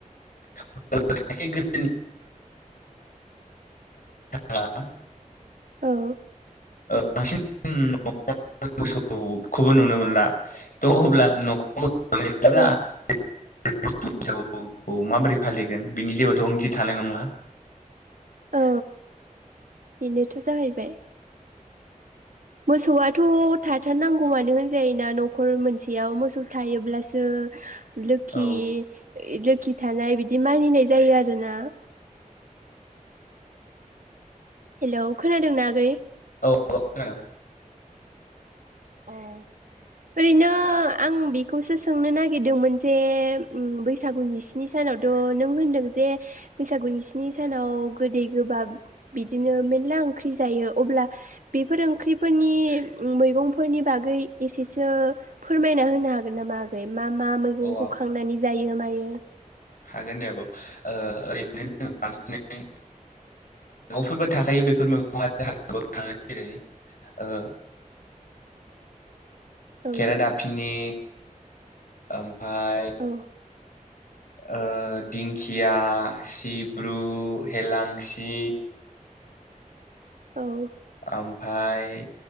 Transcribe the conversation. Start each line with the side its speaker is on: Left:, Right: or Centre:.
Left: <unintelligible> हा?
Right: औ।
Left: <unintelligible> मोसौखौबो नुनो मोनला थ अब्ला नखौबो <unintelligible>
Right: औ
Left: औ माबोरै फालिगोन बिनि जेबोथ' ओंथि थानाय नंला।
Right: औ बेनोथ' जाहैबाय। मोसौआथ' थाथारनांगौ मानो होनजायोना न'खर मोनसेयाव मोसौ थायोब्लासो लोखि
Left: औ
Right: लोखि थानाय बिदि मानिनाय जायो आरोना। हेलौ खोनादोंना आगै?
Left: औ खोनादों।
Right: औ। ओरैनो आं बेखौसो सोंनो नागिरदोंमोन जे बैसागुनि स्नि सानाव थ नों होनदों जे बैसागुनि स्नि सानाव गोदै गोबाब बिदिनो मेनला ओंख्रि जायो अब्ला बेफोर ओंख्रिफोरनि मैगंफोरनि बागै एसेसो फोरमायना होनो हागोन नामा आगै? मा मा मैगंखौ
Left: औ
Right: खांनानै जायो मायो।
Left: हागोन दे आब' ओ ओरैनो जों बांसिनै न'फोरबो थाखायो बैफोर मैगंआ <unintelligible> ओ
Right: औ
Left: केरा दाफिनि ओमफाय
Right: औ
Left: ओ दिंखिया सिब्रु हेेलांसि
Right: औ।
Left: ओमफाय